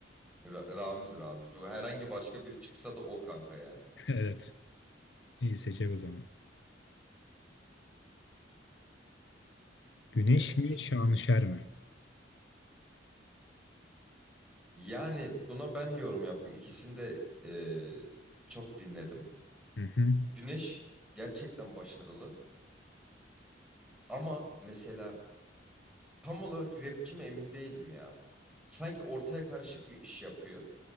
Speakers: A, in the centre; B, on the left.
A: Ra- Ramiz Ramiz. Bu herhangi başka biri çıksa da o kanka yani.
B: <laughs> Evet. İyi seçecek o zaman. Güneş
A: Evet.
B: mi? Şanışer mi?
A: Yani buna ben yorum yapayım. İkisini de eee, çok dinledim.
B: Hı hı.
A: Güneş gerçekten başarılı. Ama mesela Tam olarak rapçi mi emin değilim ya. Sanki ortaya karışık bir iş yapıyor.